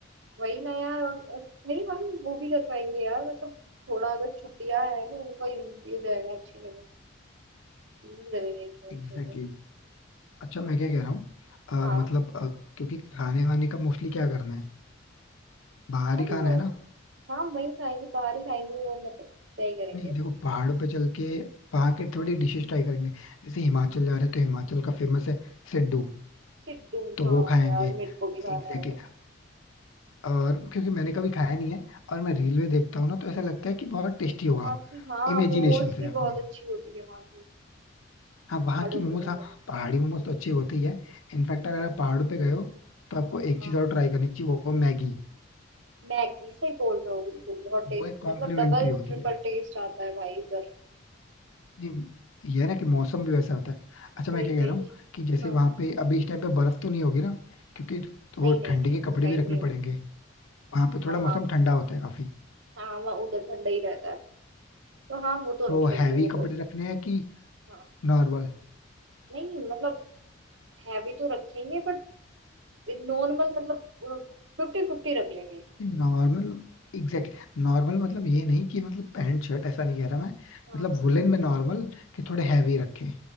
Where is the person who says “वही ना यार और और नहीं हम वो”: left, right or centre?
Right